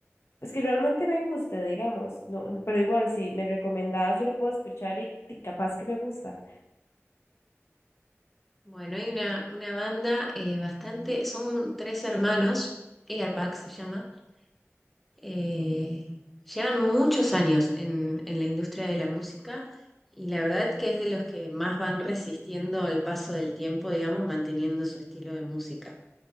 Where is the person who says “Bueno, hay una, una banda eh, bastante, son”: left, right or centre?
Centre